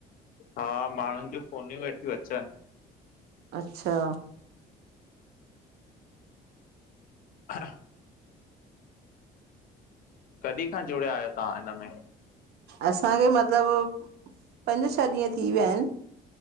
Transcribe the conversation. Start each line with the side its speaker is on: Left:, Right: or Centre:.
Left: हा माणुन जूं फोनियूं हेॾयु अचन।
Right: अच्छा
Left: हा कॾि खां जुड़िया आयो तां हिन में?
Right: असांखे मतलब पंज छह ॾींय थी वया आयन।